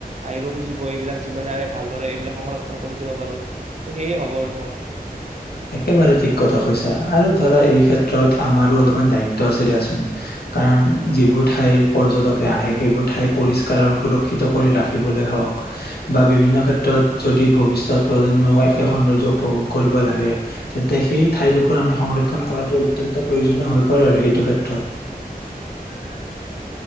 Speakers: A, on the right (about 45°); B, on the left (about 80°).
A: আহিব খুজিব এইবিলাক যিমানে আমি ভালদৰে এইবিলাক সংৰক্ষণ কৰি থব পাৰো ত' সেয়ে ভাবো আৰু মই
B: একেবাৰে ঠিক কথা কৈছা আৰু ধৰা এই ক্ষেত্ৰত আমাৰো অলপমান দায়িত্ব আছে দিয়াচোন কাৰণ যিবোৰ ঠাইৰ পৰ্যটকে আহে সেইবোৰ ঠাই পৰিষ্কাৰ আৰু সুৰক্ষিত কৰি ৰাখিবলৈ হওক বা বিভিন্ন ক্ষেত্ৰত যদি ভৱিষ্যত প্ৰজন্মক একে সৌন্দৰ্য উপভোগ কৰিব লাগে তেন্তে সেই ঠাইডোখৰ আমি সংৰক্ষণ কৰাটো অত্যন্ত প্ৰয়োজনীয় হৈ পৰে আৰু সেইটো ক্ষেত্ৰত